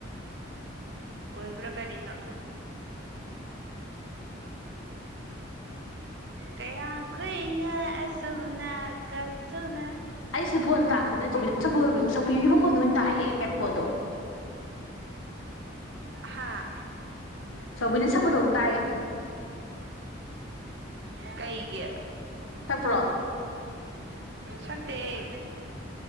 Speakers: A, on the right (about 60°); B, on the left (about 80°).
A: ꯑꯣꯕ꯭ꯔꯣ ꯀꯔꯤꯅꯣ ꯀꯌꯥ ꯀꯨꯏꯅ ꯑꯁꯨꯝꯅ ꯀꯞꯊꯨꯅ
B: ꯑꯩꯁꯤꯗ ꯐꯣꯟ ꯇꯥꯕꯗꯅꯦ ꯆꯧꯄꯤꯒꯤ ꯃꯈꯣꯟꯗꯣ ꯑꯣꯏꯅ ꯇꯥꯛꯛꯑꯦ ꯃꯈꯣꯟꯗꯣ
A: ꯍꯥꯥ
B: ꯁꯤꯅ ꯁꯄꯗꯧꯅ ꯇꯥꯏꯌꯦ
A: ꯀꯩꯒꯤ
B: ꯆꯠꯄ꯭ꯔꯣ
A: ꯁꯛꯇꯦꯍꯦ